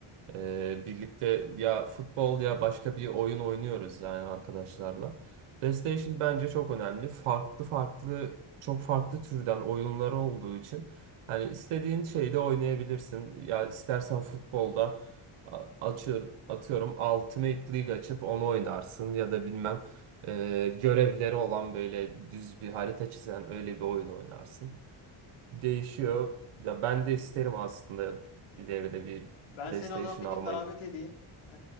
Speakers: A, on the right; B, on the left.
A: Ee, birlikte ya futbol ya başka bir oyun oynuyoruz yani arkadaşlarla. PlayStation bence çok önemli. Farklı farklı çok farklı türden oyunları olduğu için hani istediğin şeyde oynayabilirsin. Ya istersen futbolda a- açıyor atıyorum Ultimate League açıp onu oynarsın ya da bilmem e, görevleri olan böyle düz bir harita çizen öyle bir oyun oynarsın. Değişiyor. Ya ben de isterim aslında ileride bir
B: Ben
A: PlayStation
B: seni o zaman bir
A: almayı.
B: gün davet edeyim. Ee,